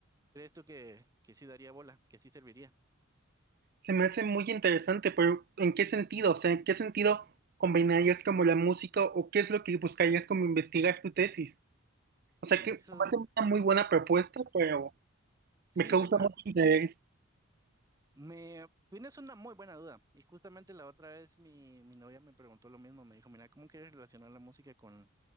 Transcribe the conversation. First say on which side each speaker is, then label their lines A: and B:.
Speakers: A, on the right (about 15°); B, on the right (about 45°).
A: ¿Crees tú que, que sí daría bola, que sí serviría?
B: Se me hace muy interesante, pero ¿en qué sentido? O sea, ¿en qué sentido combinarías como la música o qué es lo que buscarías como investigar tu tesis? O
A: Y
B: sea, que se
A: eso,
B: me hace una muy buena propuesta, pero
A: sí,
B: me causa
A: ¿verdad?
B: mucho interés.
A: Me tienes una muy buena duda. Y justamente la otra vez mi, mi novia me preguntó lo mismo, me dijo, mira, ¿cómo quieres relacionar la música con,